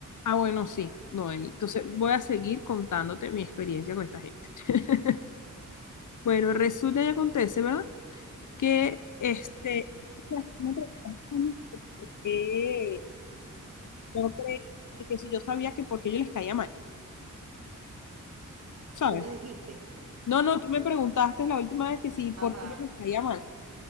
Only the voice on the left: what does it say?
Ah, bueno, sí, Noeli. Entonces voy a seguir contándote mi experiencia con esta gente. <laughs> Bueno, resulta y acontece, ¿verdad? Que este... o sea, me preguntaron que por qué Yo creí que que si yo sabía que porque yo les caía mal, ¿sabes?
No,
no, tú me preguntaste la última vez que sí, por
qué yo les caía mal.